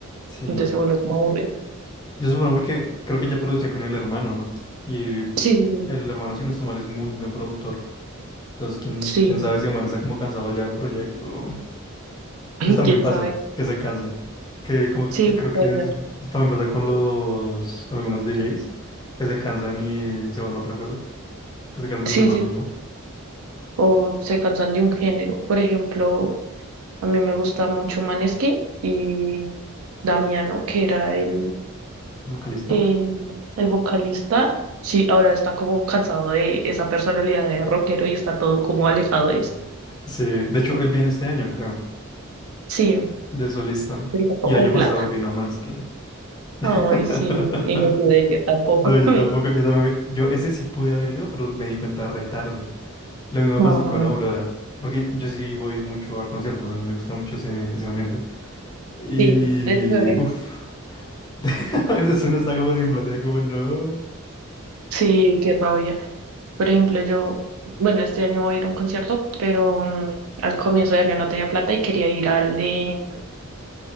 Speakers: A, on the left; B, on the right.
A: Sí,
B: Entonces se vuelve como aburrido.
A: yo supongo porque creo que ya producía con el hermano, ¿no? Y
B: Sí, sí,
A: el hermano, si no estoy mal, es muy buen productor. Entonces, quién,
B: sí.
A: quién sabe si el man está como cansado ya del proyecto.
B: <laughs>
A: Pues también
B: quién
A: pasa,
B: sabe.
A: que se cansan. Que como
B: Sí,
A: que- creo
B: puede
A: que es, eso
B: ser.
A: también pasa con los, con algunos DJs, que se cansan y se van a otra cosa, que se cansan de
B: Sí,
A: hacer lo
B: sí.
A: mismo,
B: sí. O se cansan de un género. Por ejemplo, A mí me gusta mucho Maneskin y Damiano, que era el,
A: vocalista.
B: el, el vocalista. Sí, ahora está como cansado de esa personalidad de rockero y está todo como alejado de eso.
A: Sí, de hecho, él viene este año, creo,
B: Sí,
A: de solista.
B: pero tampoco
A: Y año
B: hay plata.
A: pasado vino Manskin. <laughs>
B: Ay, sí, y no pude ir tampoco.
A: No, yo
B: <laughs>
A: tampoco, yo también, yo ese sí pude haber ido, pero me di cuenta re tarde. Lo mismo me
B: No,
A: pasó con
B: no.
A: Aurora, porque yo sí voy mucho a conciertos, entonces me gusta mucho ese, ese ambiente. Y,
B: Sí, es chévere.
A: uff, <laughs> a veces uno está <laughs> como sin plata y como, no.
B: Sí, qué rabia. Por ejemplo, yo, bueno, este año voy a ir a un concierto, pero mm, al comienzo de año no tenía plata y quería ir al de,